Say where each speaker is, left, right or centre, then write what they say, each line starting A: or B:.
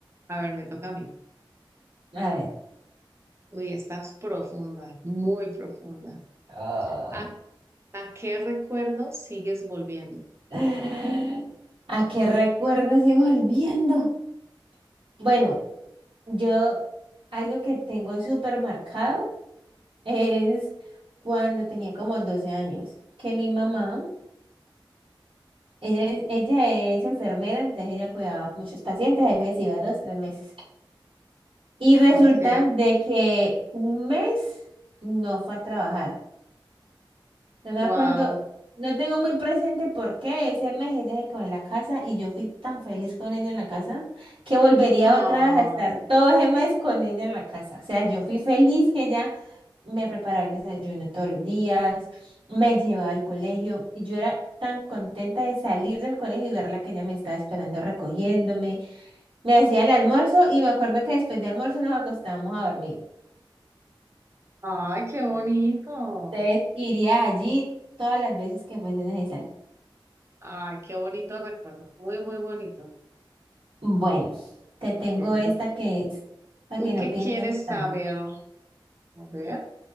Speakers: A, on the right (about 30°); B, on the right (about 75°).
A: A ver, me toca a mí.
B: A ver.
A: Uy, estás profunda, muy profunda.
B: Oh.
A: ¿A, a qué recuerdo sigues volviendo?
B: <gasps> ¿A qué recuerdo sigo volviendo? Bueno, yo algo que tengo súper marcado es cuando tenía como 12 años, que mi mamá Ella es, ella es enfermera, entonces ella cuidaba muchos pacientes, a veces iba dos, tres meses. Y resulta
A: Ok,
B: de que un mes no fue a trabajar. No me
A: wow.
B: acuerdo, no tengo muy presente por qué ese mes ella se quedó en la casa y yo fui tan feliz con ella en la casa que volvería
A: Ah,
B: otra vez a estar todo ese mes con ella en la casa. O sea, yo fui feliz que ella me preparaba el desayuno todos los días, me llevaba al colegio y yo era tan contenta de salir del colegio y verla que ella me estaba esperando recogiéndome. Me hacía el almuerzo y me acuerdo que después de almuerzo nos acostábamos a dormir.
A: ay, qué bonito.
B: Entonces iría allí todas las veces que fuese necesario.
A: Ay, qué bonito recuerdo. Muy, muy bonito.
B: Bueno, te tengo
A: Ok,
B: esta
A: ¿tú,
B: que es para
A: tú
B: que no
A: qué
B: pienses
A: quieres
B: tanto.
A: saber? A ver,